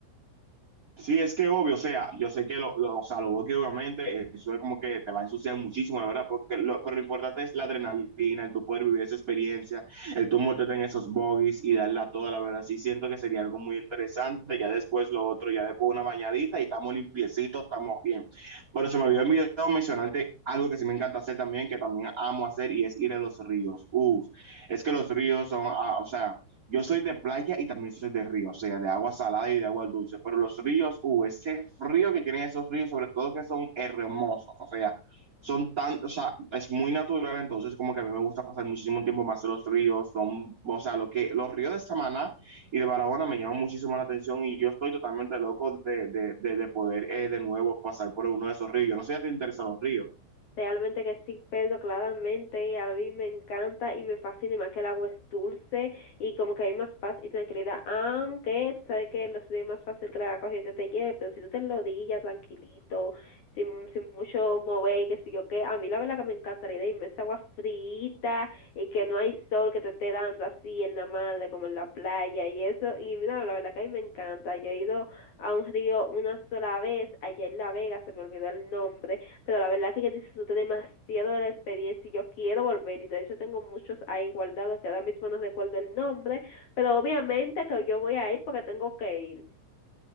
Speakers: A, on the right (about 40°); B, on the left (about 60°).
A: Sí, es que obvio, o sea, yo sé que lo, lo, o sea, lo veo que obviamente eso es como que te va a ensuciar muchísimo, la verdad, porque lo, pero lo importante es la adrenalina, el tú poder vivir esa experiencia, el tú montarte en esos bogies y darla toda, la verdad, sí siento que sería algo muy interesante, ya después lo otro, ya después una bañadita y estamos limpiecitos, estamos bien. Pero se me había olvidado mencionarte algo que sí me encanta hacer también, que también amo hacer y es ir a los ríos. Uf, es que los ríos son, ah, o sea, yo soy de playa y también soy de río, o sea, de agua salada y de agua dulce, pero los ríos, uh, ese frío que tienen esos ríos, sobre todo que son hermosos, o sea, son tan, o sea, es muy natural, entonces como que a mí me gusta pasar muchísimo tiempo más en los ríos, son, o sea, lo que, los ríos de Samaná y de Barahona me llaman muchísimo la atención y yo estoy totalmente loco de, de, de, de poder eh, de nuevo pasar por uno de esos ríos. Yo no sé si te interesan los ríos.
B: Realmente que sí, Pedro, claramente a mí me encanta y me fascina y más que el agua es dulce y como que hay más paz y tranquilidad, aunque tú sabes que lo es más fácil que la corriente te lleve, pero si tú te lo digas tranquilito, sin, sin mucho mover y que si yo qué, a mí la verdad que me encanta la idea y me esa agua frita y que no hay sol que te esté dando así en la madre como en la playa y eso, y mira, la verdad que a mí me encanta, yo he ido a un río una sola vez, allá en La Vega, se me olvidó el nombre pero la verdad es que yo disfruté demasiado de la experiencia y yo quiero volver y de hecho tengo muchos ahí guardados que ahora mismo no recuerdo el nombre, pero obviamente que yo voy a ir porque tengo que ir.